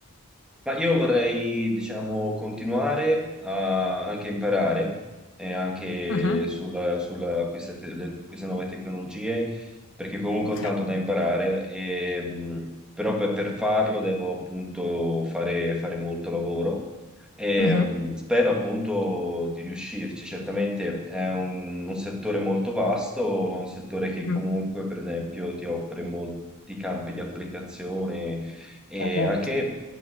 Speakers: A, in the centre; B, on the left.
A: Ma io vorrei, diciamo, continuare a anche imparare eh, anche
B: Mhm,
A: sulla, sulla- queste, te- le- queste nuove tecnologie, perché comunque
B: Ok.
A: ho tanto da imparare, e, mh, però per, per farlo devo appunto fare, fare molto lavoro e
B: mhm,
A: mh, spero appunto di riuscirci. Certamente è un, un settore molto vasto, ma un settore che
B: mhm,
A: comunque, per esempio, ti offre molti campi di applicazione e
B: Eh, certo.
A: anche.